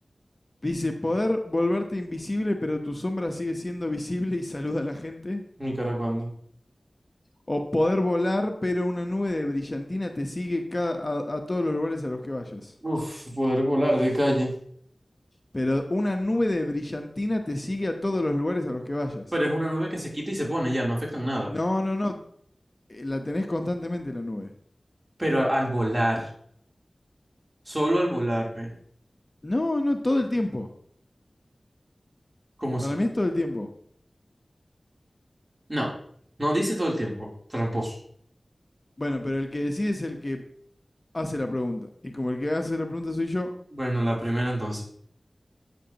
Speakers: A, on the left; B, on the right.
A: Dice, poder volverte invisible, pero tu sombra sigue siendo visible y saluda a la gente.
B: Nicaragua.
A: O poder volar, pero una nube de brillantina te sigue cada- a, a todos los lugares a los que vayas.
B: Uf, poder volar de calle.
A: Pero una nube de brillantina te sigue a todos los lugares a los que vayas.
B: Pero es una nube que se quita y se pone, ya no afecta en nada.
A: No, no, no. eh, La tenés constantemente la nube.
B: Pero al, al volar, solo al volar, pe.
A: No, no, todo el tiempo.
B: ¿Cómo así?
A: Para mí es todo el tiempo.
B: No, no dice todo el tiempo, tramposo.
A: Bueno, pero el que decide es el que hace la pregunta. Y como el que hace la pregunta soy yo,
B: Bueno, la primera entonces.